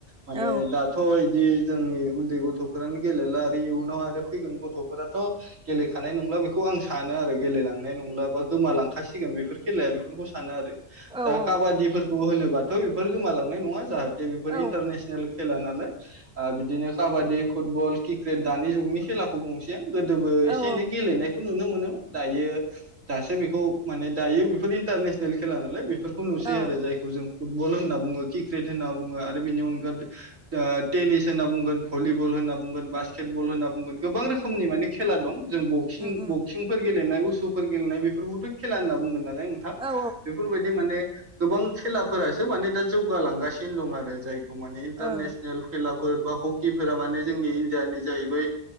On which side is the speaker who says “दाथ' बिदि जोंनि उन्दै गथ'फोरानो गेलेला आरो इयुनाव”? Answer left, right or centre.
Right